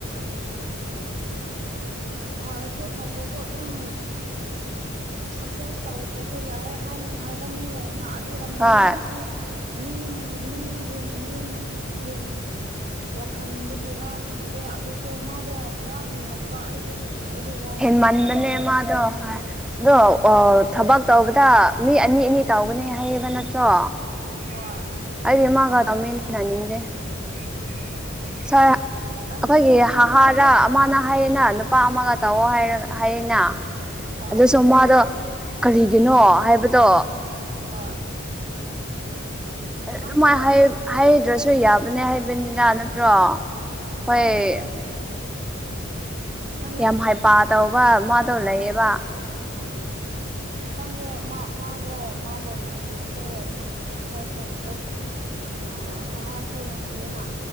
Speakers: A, on the right; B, in the centre.
A: ꯎꯝ ꯐꯔꯁꯨ ꯐꯠꯇ꯭ꯔꯁꯨ ꯑꯗꯨꯝ ꯁꯛꯁꯦꯁ ꯇꯧꯗ꯭ꯔꯁꯨ ꯌꯥꯏ ꯍꯥꯏꯅ ꯍꯥꯏꯕ ꯃꯤ ꯂꯩꯌꯦꯅ ꯑꯗꯨꯒꯨꯝꯕ
B: ꯍꯣꯏ
A: ꯃꯤ ꯃꯤ ꯃꯤꯒꯤ ꯃꯤꯝ ꯒꯤꯝ ꯋꯥꯈꯜꯗꯒꯤꯔꯥ ꯈꯪꯗꯦ ꯑꯗꯨꯁꯨ ꯃꯥꯗꯣ ꯈꯔ ꯍꯦꯟꯃꯟꯕ ꯑꯩꯗꯤ ꯑꯩꯗꯤ ꯋꯥꯁꯨ
B: ꯍꯦꯟꯃꯟꯕꯅꯦ
A: ꯍꯥꯏꯅꯤꯡꯗꯕ
B: ꯃꯥꯗꯣ ꯑꯗꯣ
A: ꯋꯥ
B: ꯊꯕꯛ ꯇꯧꯕꯗ ꯃꯤ ꯑꯅꯤ ꯑꯅꯤ ꯇꯧꯒꯅꯤ ꯍꯥꯏꯕ ꯅꯠꯇ꯭ꯔꯣ
A: ꯍꯣꯏ
B: ꯑꯩꯗꯤ ꯃꯥꯒ ꯇꯧꯃꯤꯟꯅꯅꯤꯡꯗꯦ
A: <inaudible>
B: <unintelligible> ꯑꯩꯈꯣꯏꯒꯤ
A: ꯉꯁꯤꯁꯨꯅꯦ
B: ꯍꯥꯍꯥꯔꯅ ꯑꯃꯅ ꯍꯥꯏꯌꯦꯅ ꯅꯨꯄꯥ ꯑꯃꯒ ꯇꯧꯑꯣ ꯍꯥꯏꯔꯒ ꯍꯥꯏꯌꯨꯅ
A: ꯑꯥ
B: ꯑꯗꯨꯁꯨ ꯃꯥꯗꯣ ꯀꯔꯤꯒꯤꯅꯣ ꯍꯥꯏꯕꯗꯣ
A: ꯍꯣꯏ ꯃꯥꯗꯣ
B: ꯑꯗꯨꯃꯥꯏꯅ ꯍꯥꯏ ꯍꯥꯏꯗ꯭ꯔꯁꯨ ꯌꯥꯕꯅꯦ ꯍꯥꯏꯕꯅꯤꯗ ꯅꯠꯇ꯭ꯔꯣ ꯍꯣꯏ
A: ꯃꯥꯗꯤ ꯈꯪꯗꯦ
B: ꯌꯥꯝ ꯍꯩꯄ ꯇꯧꯔꯒ ꯃꯥꯗꯣ ꯂꯩꯌꯦꯕ
A: ꯈꯪꯗꯦ ꯃꯥꯗꯣ ꯃꯥꯕꯨ ꯅꯨꯡꯁꯤꯕꯁꯨ ꯁꯥꯔ ꯁꯥꯔ ꯑꯥ ꯍꯥꯍꯥꯁꯨ ꯅꯨꯡꯁꯤꯌꯦꯅ